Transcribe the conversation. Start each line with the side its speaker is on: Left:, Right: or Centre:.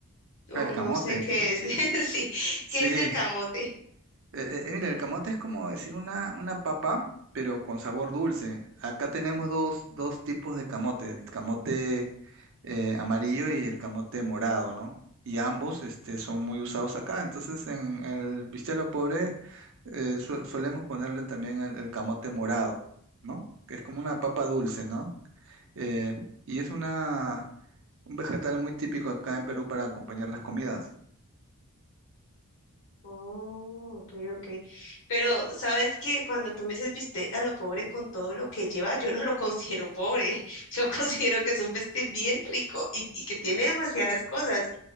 Left: O
Right: Ah, el
Left: no
Right: camote.
Left: sé qué
Right: <laughs>
Left: es. <laughs> Sí,
Right: Sí.
Left: ¿qué es
Right: Eh,
Left: el camote?
Right: eh, eh, mira, el camote es como decir una, una papa, pero con sabor dulce. Acá tenemos dos, dos tipos de camote, el camote eh, amarillo y el camote morado, ¿no? Y ambos este, son muy usados acá. Entonces, en el bistec pobre eh, su- solemos ponerle también el, el camote morado, ¿no? Que es como una papa dulce, ¿no? Eh, y es una, un vegetal muy típico acá en Perú para acompañar las comidas.
Left: Oh, ok, ok. Pero ¿sabes qué? Cuando tú me dices bistec a lo pobre con todo lo que lleva, yo no lo considero pobre. <laughs> Yo considero que es un bistec bien rico y, y que tiene demasiadas cosas.